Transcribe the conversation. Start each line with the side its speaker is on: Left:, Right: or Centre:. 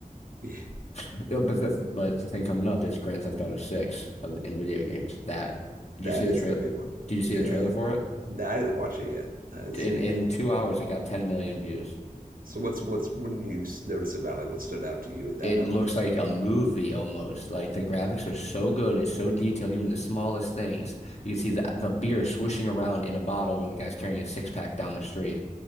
Right: <laughs>
Left: uh, but the but the thing coming up is Grand Theft Auto 6 of in video games. That did
Right: That
Left: you see
Right: is
Left: the trail?
Right: the big one.
Left: Did you see
Right: Yeah.
Left: the trailer for it?
Right: No, I didn't watch it yet. I haven't
Left: In,
Right: seen
Left: in
Right: it yet.
Left: two hours, it got 10 million views.
Right: So what's what's what did you s- notice about like what stood out to you with that
Left: It looks
Right: one?
Left: like a movie almost. Like the graphics are so good, it's so detailed, even the smallest things. You can see the the beer swishing around in a bottle when the guy's carrying a six pack down the street.